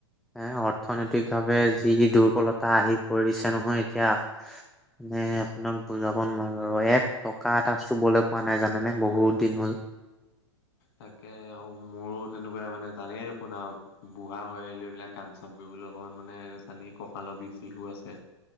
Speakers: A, in the centre; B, on the left.
A: এহ অৰ্থনৈতিক ভাৱে যি দুৰ্বলতা আহি পৰিছে নহয়, এতিয়া। হে আও আপোনাক বুজাব নোৱাৰোঁ আৰু এক টকা এটা চুবলৈ মনে জানেনে বহুত দিন হ'ল।
B: তাকে আৰু মোৰো তেনেকুৱা মানে জানেই দেখোন আৰু বুঢ়া হৈ আহিলোঁ, এইবিলাক কাম চাম কৰিবলৈ অকমান মানে চানি কঁকালৰ বিষ চিষো আছে।